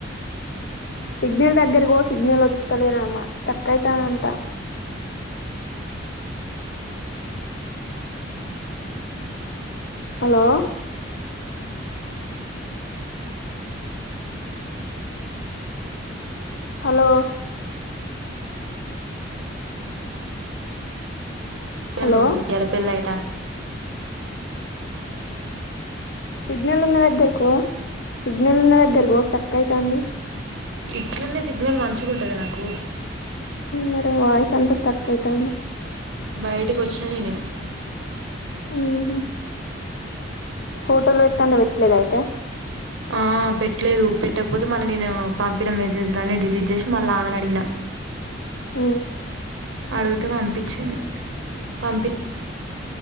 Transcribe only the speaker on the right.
రం ఇయల పెళ్ళైత
ఇట్లన్నే సిగ్నల్ మంచిగుంటది నాకు
బైటికి వచ్చిన నేనేను
ఆ పెట్లేదు పెట్టకపోతే మళ్ళీ నేను పంపిన మెసేజ్లు అన్నీ డిలీట్ చేసి మళ్ళా ఆమెని అడిగిన
అడుగితే పంపించింది, పంపి